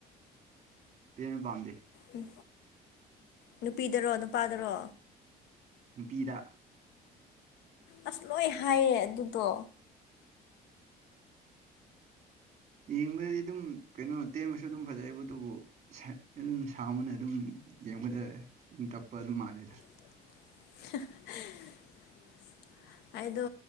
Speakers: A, on the right (about 45°); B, on the left (about 85°).
A: ꯇꯦꯟꯕ ꯄꯥꯝꯗꯦ
B: ꯎꯝ ꯅꯨꯄꯤꯗꯔꯣ ꯅꯨꯄꯥꯗꯔꯣ
A: ꯅꯨꯄꯤꯗ
B: ꯑꯁ ꯂꯣꯏ ꯍꯥꯏꯌꯦ ꯑꯗꯨꯗꯣ
A: ꯌꯦꯡꯕꯗꯗꯤ ꯑꯗꯨꯝ ꯀꯩꯅꯣ ꯇꯦꯟꯕꯁꯨ ꯑꯗꯨꯝ ꯐꯖꯩꯌꯦꯕ ꯑꯗꯨꯕꯨ ꯑꯗꯨꯝ ꯁꯕꯅ ꯑꯗꯨꯝ ꯌꯦꯡꯕꯗ ꯏꯪ ꯇꯞꯄ ꯑꯗꯨꯝ ꯃꯥꯜꯂꯦꯗ
B: <inaudible> ꯑꯩꯗꯣ